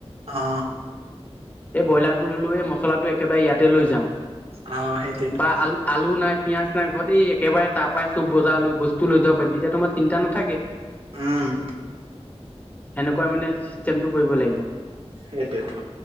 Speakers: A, on the right; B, on the left.
A: অ।
B: এই ব্ৰইলাৰটো ললো এই মচলাটো একেবাৰে ইয়াতে লৈ যাওঁ
A: অ সেইটোৱেতো
B: বা আলু আলু নাই। পিয়াজচিনা ঘৰত এই একেবাৰে তাৰ পৰাই চুব বজাৰ লৈ বস্তু লৈ যাব পাৰিম তেতিয়া তোমাৰ চিন্ত নাথাকে।
A: উম।
B: সেনেকুৱা মানে চিষ্টেমটো কৰিব লাগিব।
A: সেইটোয়েটো।